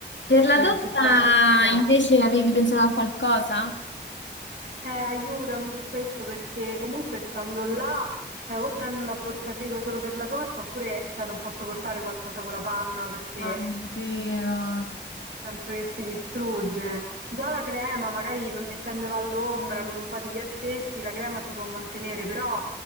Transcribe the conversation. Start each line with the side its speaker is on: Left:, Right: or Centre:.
Left: Per la
Right: e non
Left: torta
Right: ci spendo un capitale.
Left: invece avevi pensato a qualcosa?
Right: Eh, aiutami su questo perché comunque stando là, cioè o prendo una borsa frigo solo per la torta oppure cioè, non posso portare qualcosa con la panna perché
Left: Ah, è vero.
Right: penso che si distrugge. Già la crema, magari m- mettendola all'ombra con un po' di ghiaccetti, la crema si può mantenere, però